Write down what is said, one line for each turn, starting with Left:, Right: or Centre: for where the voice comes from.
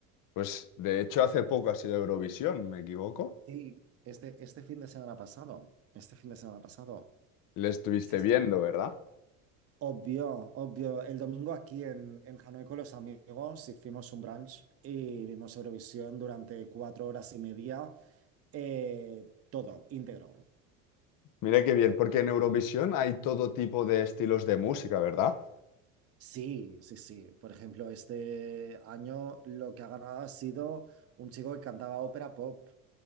Left: Pues de hecho hace poco ha sido Eurovisión, ¿me equivoco?
Right: Sí, este, este fin de semana pasado. Este fin de semana pasado.
Left: Le estuviste
Right: Sí, sí.
Left: viendo, ¿verdad?
Right: Obvio, obvio. El domingo aquí en, en Hanoi con los amigos hicimos un brunch y vimos Eurovisión durante cuatro horas y media, eh, todo íntegro.
Left: Mira qué bien, porque en Eurovisión hay todo tipo de estilos de música, ¿verdad?
Right: Sí, sí, sí. Por ejemplo, este año lo que ha ganado ha sido un chico que cantaba ópera pop.